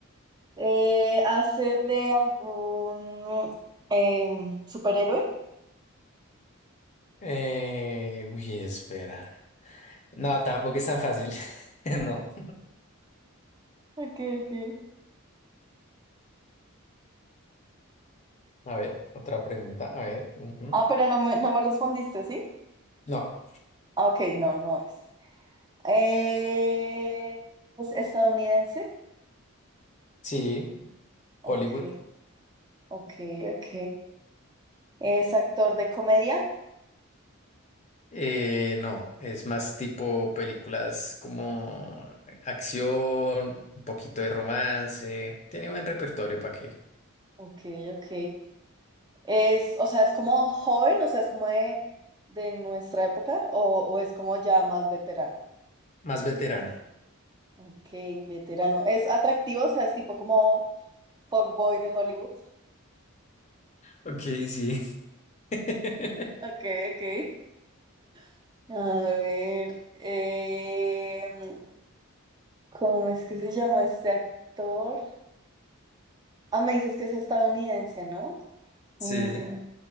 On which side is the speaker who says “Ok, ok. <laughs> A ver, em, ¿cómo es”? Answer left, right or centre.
Right